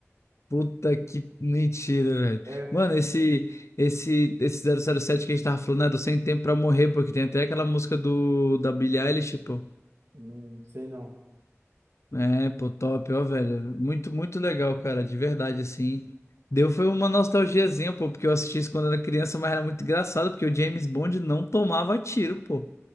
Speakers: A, on the left; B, on the right.
A: Puta que mentira, velho.
B: É,
A: Mano, esse, esse, esse zero zero sete que a gente tava falando era o Sem Tempo Pra Morrer, pô, que tem até aquela música do, da Billie Eilish, pô.
B: não sei não.
A: É, pô, top, ó, velho. Muito, muito legal, cara, de verdade, assim. Deu foi uma nostalgiazinha, pô, porque eu assisti isso quando era criança, mas era muito engraçado, porque o James Bond não tomava tiro, pô.